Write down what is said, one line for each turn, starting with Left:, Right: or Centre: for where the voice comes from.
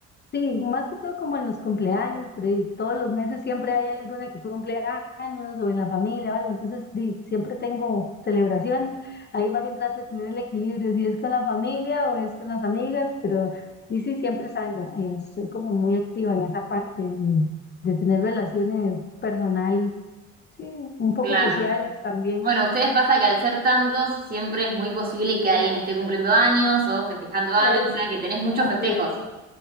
Left: Sí, más que todo como en los cumpleaños, pero ahí todos los meses siempre hay alguna que cumple años o en la familia o algo, entonces di, siempre tengo celebraciones, ahí más bien trato de tener el equilibrio, si es con la familia o es con las amigas, pero y sí, siempre salgo, eh, soy como muy activa en esa parte de, de tener relaciones personales, sí, un poco
Right: Claro.
Left: sociales también,
Right: Bueno, a ustedes pasa que al ser tantos, siempre es muy posible que alguien esté cumpliendo años o festejando
Left: es,
Right: algo, o sea que tenés
Left: sí,
Right: muchos
Left: así
Right: festejos.
Left: es.